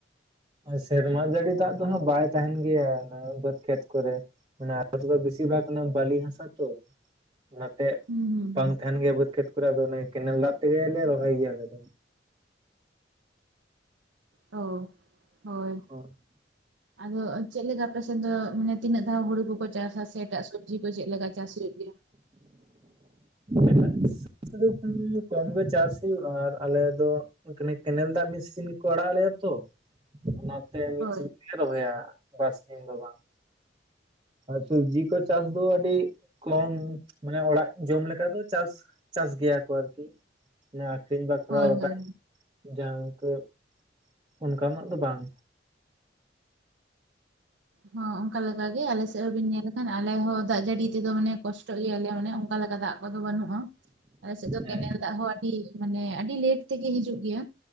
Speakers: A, on the right; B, on the right.
A: ᱥᱮᱨᱢᱟ ᱡᱟᱹᱲᱤ ᱫᱟᱜ ᱫᱚ ᱦᱟᱸᱜ ᱵᱟᱭ ᱛᱟᱦᱮᱱ ᱜᱮᱭᱟ ᱚᱱᱟ ᱵᱟᱹᱫᱽ ᱠᱷᱮᱛ ᱠᱚᱨᱮ᱾ ᱢᱟᱱᱮ ᱟ <unintelligible> ᱫᱚ ᱵᱮᱥᱤᱨ ᱵᱷᱟᱜ ᱠᱟᱱᱟ ᱵᱟᱹᱞᱤ ᱦᱟᱥᱟ ᱛᱚ᱾ ᱚᱱᱟᱛᱮ
B: ᱦᱩᱸ ᱦᱩᱸ
A: ᱵᱟᱝ ᱛᱟᱦᱮᱸᱱ ᱜᱮᱭᱟ ᱵᱟᱹᱫᱽ ᱠᱷᱮᱛ ᱠᱚᱨᱮᱫᱚ ᱚᱱᱮ ᱠᱮᱱᱮᱞ ᱫᱟᱜ ᱛᱮᱜᱮᱞᱮ ᱨᱚᱦᱚᱭ ᱜᱮᱭᱟ ᱟᱞᱮ ᱫᱚ᱾
B: ᱚ ᱦᱳᱭ᱾
A: <inaudible>
B: ᱟᱫᱚ ᱪᱮᱫᱞᱮᱠᱟ ᱟᱯᱮ ᱥᱮᱫ ᱫᱚ ᱢᱟᱱᱮ ᱛᱤᱱᱟᱹᱜ ᱫᱷᱟᱣ ᱦᱩᱲᱩ ᱠᱚᱠᱚ ᱪᱟᱥᱟ ᱥᱮ ᱮᱴᱟᱜ ᱥᱚᱵ ᱡᱤ ᱠᱚ ᱪᱮᱫ ᱞᱮᱠᱟ ᱪᱟᱥ ᱦᱩᱭᱩᱜ ᱜᱮᱭᱟ?
A: ᱮᱴᱟᱜ ᱫᱚ ᱠᱚᱢ ᱜᱮ ᱪᱟᱥ ᱦᱳᱭᱳᱼᱟ, ᱟᱨ ᱟᱞᱮ ᱫᱚ ᱮᱸ ᱠᱮᱱᱮᱞ ᱫᱟᱜ ᱢᱤᱫ ᱥᱤᱡᱤᱱ ᱜᱮᱠᱚ ᱟᱲᱟᱜ ᱟᱞᱮᱭᱟ ᱛᱚ, ᱚᱱᱟᱛᱮ ᱢᱤᱫ
B: ᱦᱳᱭ
A: ᱥᱤᱡᱤᱱᱞᱮ ᱨᱚᱦᱚᱭᱟ ᱵᱟᱨ ᱥᱤᱡᱤᱱ ᱫᱚ ᱵᱟᱝ᱾ ᱟᱨ ᱥᱚᱵᱡᱤ ᱠᱚ ᱪᱟᱥ ᱫᱚ ᱟᱹᱰᱤ ᱠᱚᱢ ᱢᱟᱱᱮ ᱚᱲᱟᱜ ᱡᱚᱢ ᱞᱮᱠᱟ ᱫᱚ ᱪᱟᱥ ᱪᱟᱥ ᱜᱮᱭᱟ ᱠᱚ ᱟᱨᱠᱤ᱾ ᱡᱟᱦᱟᱸ ᱟᱠᱷᱨᱤᱧ ᱵᱟᱠᱷᱨᱟ
B: ᱦᱳᱭ
A: ᱵᱟᱠᱷᱟᱡ
B: ᱦᱳᱭ
A: ᱡᱟᱦᱟᱸ ᱠᱟᱹᱪ ᱚᱱᱠᱟᱱᱟᱜ ᱫᱚ ᱵᱟᱝ᱾
B: ᱦᱚᱸ ᱚᱱᱠᱟ ᱜᱮ ᱟᱞᱮ ᱥᱮᱫ ᱦᱚᱸᱵᱤᱱ ᱧᱮᱞ ᱮᱱᱠᱷᱟᱱ ᱟᱞᱮ ᱦᱚᱸ ᱫᱟᱜ ᱡᱟᱹᱲᱤ ᱛᱚ ᱢᱟᱱᱮ ᱠᱚᱥᱴᱚᱜ ᱜᱮᱭᱟᱞᱮ ᱢᱟᱱᱮ ᱚᱱᱠᱟ ᱞᱮᱠᱟ ᱫᱟᱜ ᱠᱚᱫᱚ ᱵᱟᱹᱱᱩᱜ ᱟ ᱟᱞᱮ ᱥᱮ ᱫᱚ ᱠᱮᱱᱮᱞ
A: ᱦᱮᱸ
B: ᱫᱟᱜ ᱦᱚᱸ ᱟᱹᱰᱤ ᱢᱟᱱᱮ ᱟᱹᱰᱤ ᱞᱮᱴ ᱛᱮᱜᱮ ᱦᱤᱡᱩᱜ ᱜᱮᱭᱟ,